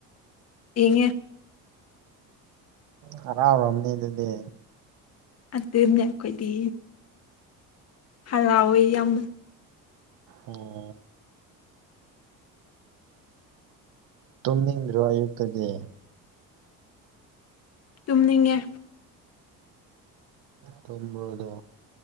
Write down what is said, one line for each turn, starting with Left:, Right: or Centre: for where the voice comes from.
Left: ꯌꯦꯡꯉꯦ
Right: ꯍꯥꯔꯥꯎꯔꯝꯅꯤ ꯑꯗꯨꯗꯤ
Left: ꯑꯗꯨꯅꯦ ꯑꯩꯈꯣꯏꯗꯤ ꯍꯔꯥꯎꯑꯦ ꯌꯥꯝ
Right: ꯎꯝ ꯇꯨꯝꯅꯤꯡꯗ꯭ꯔꯣ ꯑꯌꯨꯛꯇꯗꯤ
Left: ꯇꯨꯝꯅꯤꯡꯉꯦ
Right: ꯇꯨꯝꯕ꯭ꯔꯣ ꯑꯗꯣ